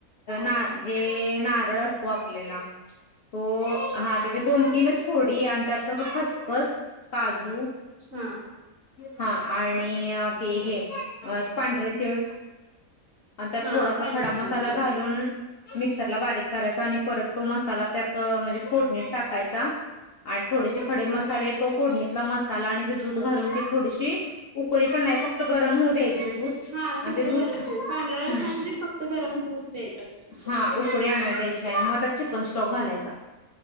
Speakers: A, on the left (about 65°); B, on the right (about 55°).
A: ना जे नारळ असतो आपल्याला तो हा त्याचे दोन तीनच फोडी आणि त्यात कसं खसखस काजू
B: हा
A: हा आणि ते हे अ पांढरे तीळ आणि त्यात
B: हा
A: थोडासा
B: पांढरती
A: खडा मसाला
B: हो
A: घालून मिक्सरला बारीक करायचा आणि परत तो मसाला त्यात म्हणजे फोडणीत टाकायचा आणि थोडेसे खडे
B: हा
A: मसाले तो फोडणी - मसाला आणि ते दूध घालून त थोडीशी उकळी पण नाही फक्त गरम होऊ द्यायच दूध
B: हा
A: आणि
B: फक्त
A: ते दुध
B: गरम होऊन पांढरा रस्सा
A: ह
B: म्हणजे फक्त गरम होऊच द्यायचा असतो त्याला
A: हा उकळी आणून द्यायची नाही मग त्यात चिकन स्टॉक घालायचा